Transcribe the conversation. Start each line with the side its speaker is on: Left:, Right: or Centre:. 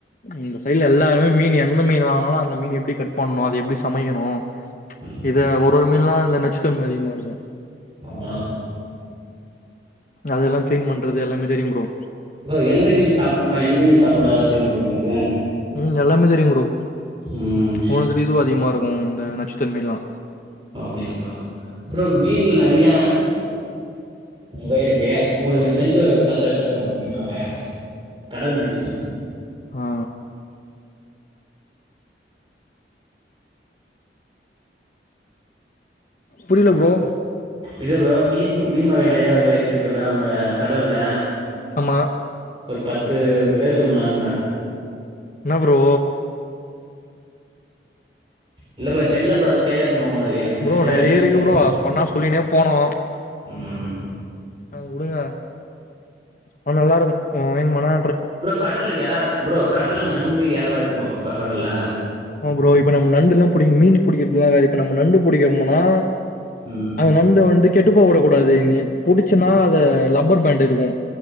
Left: இந்த சைடில எல்லாருமே மீன் எந்த மீன் வாங்கினாலு அந்த மீன் எப்டி கட் பண்ணணு அத எப்டி சமைக்கணு
Right: ம்
Left: இத ஒரு ஒரு மீன்லா நச்சுத்தன்ம அதிகமா இருக்கு
Right: ஆமா
Left: அது எல்லா கிளீன் பண்றது எல்லாமே தெரியும் ப்ரோ
Right: ப்ரோ எந்த மீன் சாப்புனு எந்த மீன் சாப்ட கூடாது தெரிமா ப்ரோ உங்களுக்கு
Left: ம் எல்லாமே தெரியும் ப்ரோ
Right: ம்
Left: ஒன்னு இதுவு அதிகமா இருக்கு இந்த நச்சுத்தன்மை எல்லா
Right: அப்டியா ப்ரோ அப்புறோ மீன்ல நிறைய முதல் இருக்கு உங்களுக்கு தெரிஞ்ச ஒரு பத்து வகை சொல்லுங்க மீன்வகைய கடல் மீனு சொல்லுங்க
Left: ஆ புரில ப்ரோ
Right: இல்ல ப்ரோ மீன் மீன் வகை நிறைய வகை இருக்கு இல்ல உங்க கடல்ல
Left: ஆமா
Right: ஒரு பத்து பேர் சொல்லுகளன்ற
Left: என்ன ப்ரோ
Right: இல்ல ப்ரோ எனக்கு தெரில ப்ரோ அத கேக்கற ப்ரோ உங்களுக்கு எனக்கு
Left: ப்ரோ
Right: தெரியாது
Left: நெறைய
Right: மீன்
Left: இருக்கு
Right: க
Left: ப்ரோ அத சொன்னா சொல்லினே போனோ
Right: ம்
Left: ஆ வுடுங்க அவ நல்லா இருக்கு மீன் மன
Right: ப்ரோ கடல எற ப்ரோ கடல்ல நண்டு இறல இருக்குமா போ கடல்ல
Left: ஆமா ப்ரோ இப்ப நம்ம நண்டு எல்லா பிடிக்குன்னா மீன் பிடிக்கிறது காக இப்ப நம்ம நண்டு பிடிக்கனுனா
Right: ம்
Left: அது நண்டு வந்து கெட்டுபோவ வுடக்கூடாது நீ புடிச்சன்னா அத லப்பர் பேண்டு இருக்கு